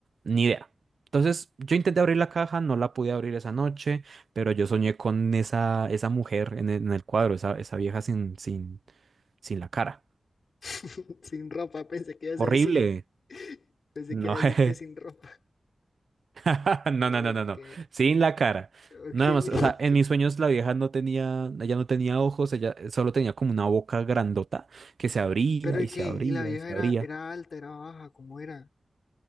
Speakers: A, on the right; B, on the left.
A: ni idea. Entonces yo intenté abrir la caja, no la pude abrir esa noche, pero yo soñé con esa, esa mujer en el, en el cuadro, esa, esa vieja sin, sin, sin la cara.
B: <laughs> Sin ropa, pensé que ibas
A: Horrible.
B: a decir. <laughs> Pensé
A: No,
B: que ibas
A: jeje.
B: a decir que sin ropa.
A: <laughs> no,
B: Ok,
A: no, no, no, no. Sin la cara.
B: ok.
A: Nada más,
B: <laughs>
A: o sea, en mis sueños la vieja no tenía, ella no tenía ojos, ella solo tenía como una boca grandota que se abría
B: Pero ¿y
A: y
B: qué?
A: se abría
B: ¿Y la vieja
A: y se
B: era,
A: abría.
B: era alta, era baja? ¿Cómo era?